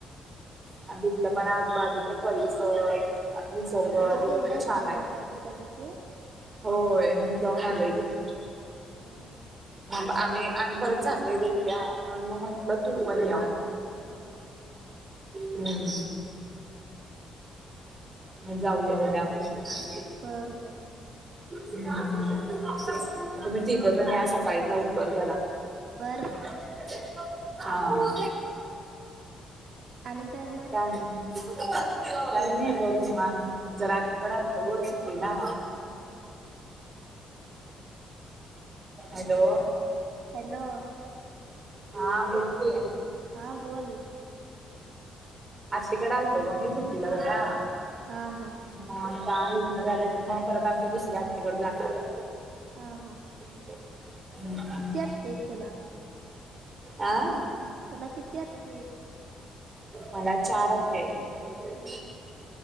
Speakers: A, on the right (about 30°); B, on the right (about 60°).
A: आणि तिथलं पण आजूबाजूचा परिसर निसर्ग
B: म्हणजे
A: तिथं
B: गेल्यास
A: पण छान
B: काय
A: आहे.
B: याच्या आधी कधी तू?
A: होय मी आलोय की.
B: हा हा
A: <unintelligible> आम्ही आणि परत चाललोय ग उद्या मग मी म्हंटलं तू पण ये.
B: हा हा.
A: हम्म. मग जाऊया उद्या आपण.
B: बर, बर.
A: हम्म. मग तुम्ही तीघजण या सकाळी लवकर जरा.
B: बर, बर.
A: हा, मग
B: आणि मग?
A: काय आणि? काय नाही बघ निवांत. जरा आत्तीकडं आलतो ग सुट्टीला.
B: हा हा.
A: हॅलो.
B: हॅलो.
A: हा, बोल की.
B: हा, बोल.
A: आत्तीकडं आलतो ग मी सुट्टीला जरा.
B: हा, हा.
A: मग आता इथंन झालं की मग परत आमच्या दुसऱ्या आत्तीकडं जाणार आहे.
B: हा, हा.
A: हम्म.
B: किती हप्ते आहेत तुला
A: आ?
B: तुला किती आत्ती हाईत?
A: मला चार आत्या हाईत.
B: हम्म